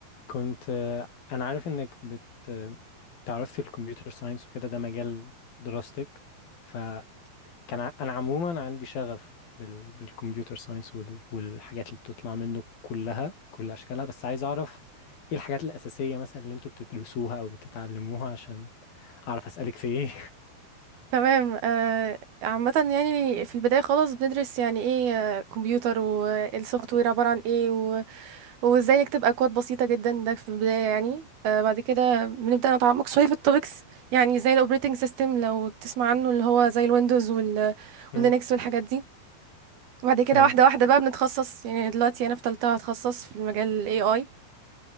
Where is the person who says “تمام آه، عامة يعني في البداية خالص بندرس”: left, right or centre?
Right